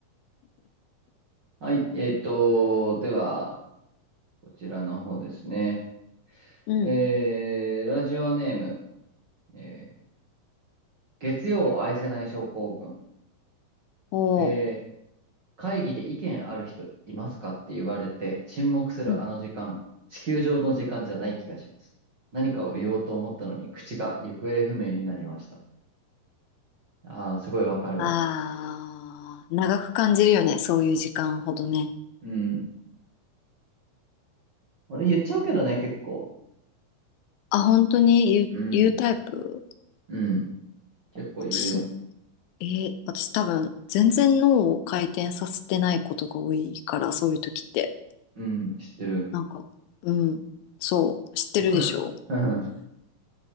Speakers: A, on the right; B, on the left.
A: はい、えっと、では、こちらの方ですね。
B: うん。
A: えー、ラジオネーム、えー月曜を愛せない症候群。
B: おー。
A: えー会議で意見ある人いますかって言われて沈黙するあの時間、
B: うん。
A: 地球上の時間じゃない気がします。何かを言おうと思ったのに口が行方不明になりました。ああ、すごいわかるわ。
B: あー、長く感じるよね、そういう時間ほどね。
A: うん。俺言っちゃうけどね、結構。
B: あ、本当に言う、
A: うん、
B: 言うタイプ
A: うん。結構言うよ。
B: 私えー私多分、全然脳を回転させてないことが多いから、そういう時って。
A: うん、知ってる。
B: なんか、うん、そう、知ってるでしょ
A: <laughs> うん、